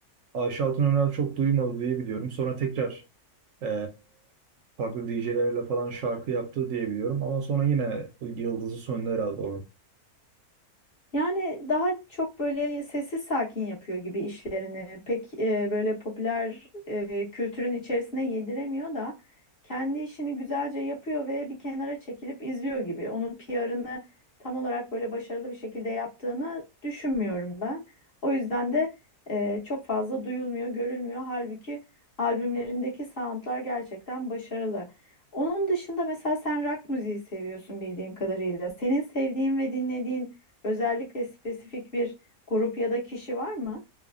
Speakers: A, on the right; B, on the left.
A: Ayşe Hatun Önal çok duymadı diye biliyorum. Sonra tekrar e, farklı DJ'lerle falan şarkı yaptı diye biliyorum. Ama sonra yine yıldızı söndü herhalde
B: Yani daha çok böyle sessiz sakin yapıyor gibi işlerini. Pek e, böyle popüler e, kültürün içerisine yediremiyor da kendi işini güzelce yapıyor ve bir kenara çekilip izliyor gibi. Onun PR'ını tam olarak böyle başarılı bir şekilde yaptığını düşünmüyorum ben. O yüzden de e, çok fazla duyulmuyor, görülmüyor. Halbuki albümlerindeki soundlar gerçekten başarılı. Onun dışında mesela sen rock müziği seviyorsun bildiğim kadarıyla. Senin sevdiğin ve dinlediğin Özellikle spesifik bir grup ya da kişi var mı?